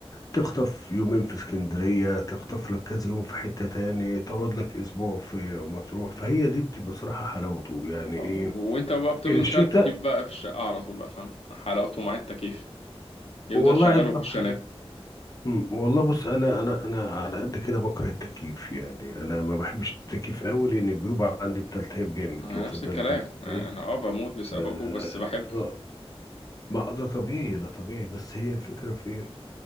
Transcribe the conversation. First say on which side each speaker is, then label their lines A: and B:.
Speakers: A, on the left (about 35°); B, on the left (about 70°).
A: تخطف يومين في اسكندرية تخطف لك كذا يوم في حتة تاني تقعد لك أسبوع في مطروح فهي دي بتبقى صراحة حلاوته يعني إيه
B: اه، وأنت بقى بتفضل
A: الشتاء
B: مشغل تكييف بقى في الشقة على طول بقى فاهم حلاوته مع التكييف يفضل
A: والله
B: شغال
A: عايز أقول
B: وأخش
A: لك حاجة
B: أنام
A: أمم، والله بص أنا أنا أنا على قد كده بكره التكييف يعني أنا ما بحبش التكييف أوي لأن الجيوب عندي بتلتهب جامد
B: اه،
A: واخد
B: نفس الكلام
A: بالك أنت
B: أنا
A: إزاي
B: أه بموت بسببه
A: ف
B: بس بحبه
A: آه، ما ده طبيعي ده طبيعي بس هي الفكرة في إيه